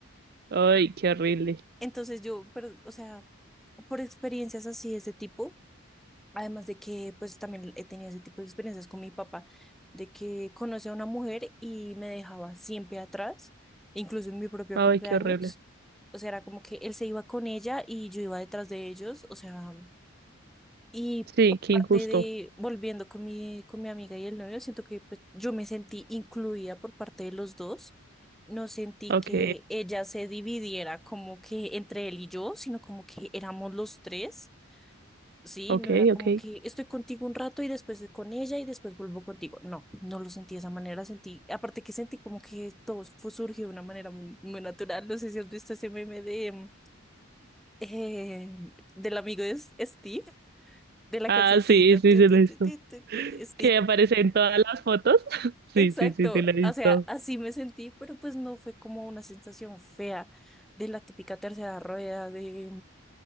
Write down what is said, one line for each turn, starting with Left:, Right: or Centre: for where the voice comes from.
Right: Ay, qué horrible.
Centre: Entonces yo, pero, o sea... por experiencias así de ese tipo, además de que pues también he tenido ese tipo de experiencias con mi papá, de que conocí a una mujer y me dejaba siempre atrás, incluso en mi propio
Right: Ay,
Centre: cumpleaños.
Right: qué horrible.
Centre: O sea, era como que él se iba con ella y yo iba detrás de ellos, o sea, y
Right: Sí,
Centre: por
Right: qué
Centre: parte
Right: injusto.
Centre: de, volviendo con mi, con mi amiga y el novio, siento que pues, yo me sentí incluida por parte de los dos. No sentí
Right: Ok,
Centre: que ella se dividiera como que entre él y yo, sino como que éramos los tres. Sí,
Right: ok,
Centre: no era como
Right: ok.
Centre: que estoy contigo un rato y después con ella y después vuelvo contigo. No, no lo sentí de esa manera, sentí, aparte que sentí como que todo fue surgió de una manera muy, muy natural. No sé si has visto ese meme de mm, eh, del amigo de S- Steve, de la
Right: Ah,
Centre: cancioncita.
Right: sí, sí,
Centre: tu,
Right: sí,
Centre: tu,
Right: lo he
Centre: tu,
Right: visto.
Centre: tu, tu, tu, tu, Steve,
Right: Que aparece en todas las fotos. <laughs> Sí,
Centre: exacto.
Right: sí, sí, sí, lo he visto.
Centre: O sea, así me sentí, pero pues no fue como una sensación fea de la típica tercera rueda, de